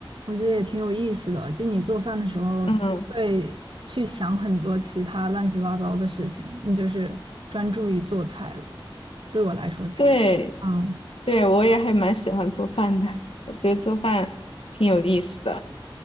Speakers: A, on the right; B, on the left.
A: 我觉得也挺有意思的。就你做饭的时候不会去想很多其他乱七八糟的事情，
B: 嗯，
A: 你就是专注于做菜了。对我来说是，
B: 对
A: 嗯
B: 对，我也还蛮喜欢做饭的，我觉得做饭挺有意思的。